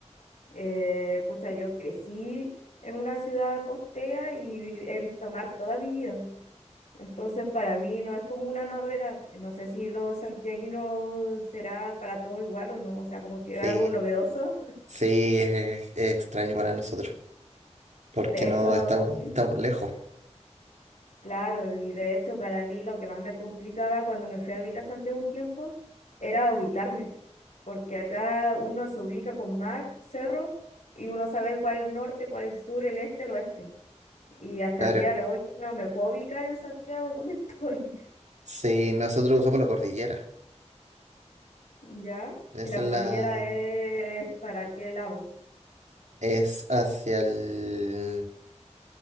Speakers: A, on the left (about 80°); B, on the right (about 75°).
A: Eh, pucha, yo crecí en una ciudad costera y he visto mar toda mi vida. Entonces, para mí no es como una novedad. eh, No sé si los santiaguinos será para todo igual o no, o sea, como si era
B: Sí,
A: algo novedoso.
B: sí, es, es extraño para nosotros, porque
A: De
B: no
A: hecho,
B: estamos,
A: ¿Mm?
B: estamos lejos,
A: claro, y de hecho para mí lo que más me complicaba cuando me fui a vivir a Santiago un tiempo era ubicarme, porque acá uno se ubica con mar, cerro, y uno sabe cuál es el norte, cuál es el sur, el este, el oeste. Y hasta
B: claro.
A: el día de hoy no me puedo ubicar en Santiago, ¿dónde estoy?
B: Sí, nosotros usamos la cordillera.
A: <laughs> ¿Ya?
B: Esa
A: ¿Y la
B: es
A: cordillera
B: la...
A: es para qué lado?
B: Es hacia el...